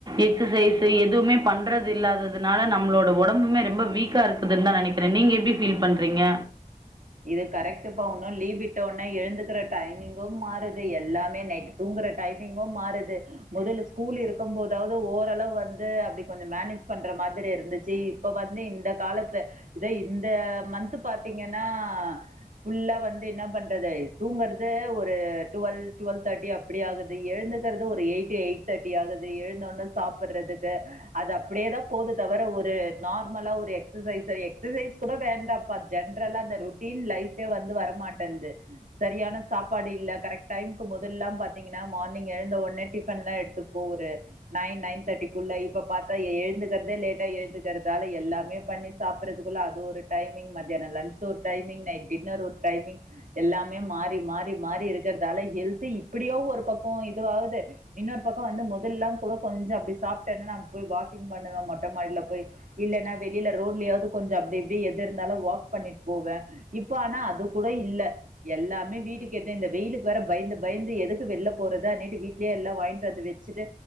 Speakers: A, on the right (about 30°); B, on the right (about 65°).
A: எக்ஸசைசு எதுவுமேப் பண்றது இல்லாததுனால நம்ளோட ஒடம்புமே ரொம்ப வீக்கா இருக்குதுன்தா நெனைக்கிற நீங்க எப்டி ஃபீல் பண்ணுறீங்க
B: <inaudible> இது கரெக்டுபா உன்னு லீவ் விட்ட ஒன்னே எழுந்துக்குற டைமிங்கு மாறுது எல்லாமே நைட் தூங் குற டைமிங்கு மாறுது மெதல்ல ஸ்கூல் இருக்கும் போதாவது ஓரளவு வந்து அப்டி கொஞ்சோ மேனேஜ் பண் என்ற மாதிரி இருந்துச்சு இப்ப வந்து இந்த காலத்ல இத இந்த மன்த்து பாத்தீங்கன் னா ஃபுல்லா வந்து என்ன பண்றது தூங்கர்தே ஒரு டுவெல் டுவெல் தேர்ட்டி அப்டி ஆகுது எழுந் துக்கற்து ஒரு எய்டு எய்ட் தேர்டி ஆகுது எழுந்தவொன்னே சாப்பட்றதுக்கு அது அப்டியேதா போது தவர ஒரு நார்மலா ஒரு எக்சசைஸ் எக்சசைஸ் கூட வேண்டாப்பா ஜென் அப்றோல்லா அந்த ரொட்டின் லைஃப்பே வந்து வர மாட்டந்து சரியான சாப்பாடு இல்ல கரெக்ட் டைம்கு மொதல் அப்பலா பாத்தீங்கன்னா மார்னிங் எழுந்த ஒட்னே டிபன்தா எடுத்துப்போ ஒரு நைன் நைன் தேட்டிகுள்ள இப்ப பாத்தா ஏழ்ந்துகற்தே லேட்டா ஏழ்ந்துகற்தால எல்லாமே பண்ணி சாப்பறதுகுள்ள அது ஒரு டைமிங் மத்தியானோ lunch so timing night dinner ஒரு டைமிங் எல்லாமே மாரி மாரி மாரி இருகற்தால ஹெல்து இப்ப எப்டியோ ஒரு பக்கொ இதுவாகுது இன்னொரு பக்கொ வந்து முதல்லா கூட கொஞ்ச அப்டி சாப்டேன நா போய் வாக்கி பண்ணுவே மொட்ட மாடில போய் இல்லனா வெளில ரோட்லயாவது கொஞ்சோ அப்டி இப்டி எது இருந்தாலு வாக் பண்ணிட் போவே இப்ப ஆனா அது கூட இல்ல எல்லாமே வீட்டுக்கெட்ன இந்த வெயிலுக்கு வேற பய்ந்து பய்ந்து எ எதுக்கு வெள்ல போறது அன்நேர்துக் வீட்லே எல்லா வாங்க்ட் வந்து வெச்சுட்டு